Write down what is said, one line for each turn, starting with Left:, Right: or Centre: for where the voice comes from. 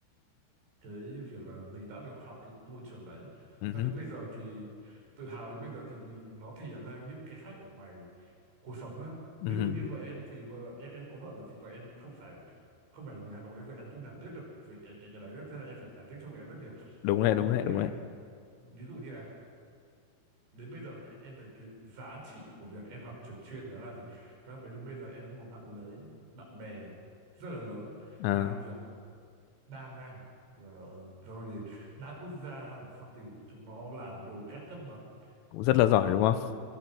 Right: cái việc là mình đã được học cái môi trường đấy.
Left: ừ
Right: Và
Left: hứ,
Right: đến bây giờ thì tự hào đến bây giờ thì mình nó thể hiện ra những cái khác ở ngoài cuộc sống á.
Left: ừ
Right: Ví dụ
Left: hứ.
Right: như vợ em thì vợ em em có vợ rồi thì vợ em không phải không phải là người Hà Nội đấy vậy em không nào biết được về cái cái cái đấy nữa. thế là em phải giải thích cho vợ em rất nhiều
Left: đúng đấy đúng
Right: ví dụ
Left: đấy
Right: như
Left: đúng
Right: là
Left: đấy
Right: ví dụ như là đến bây giờ nhá em thấy cái giá trị của việc em học trường chuyên đó là gì và là bây giờ em có một mạng lưới bạn bè rất là lớn
Left: à,
Right: làm việc đa ngành ờ, rồi thì đa quốc gia rồi sau thì chúng nó làm đủ các cấp bậc
Left: cũng rất
Right: từ
Left: là giỏi đúng không
Right: nhân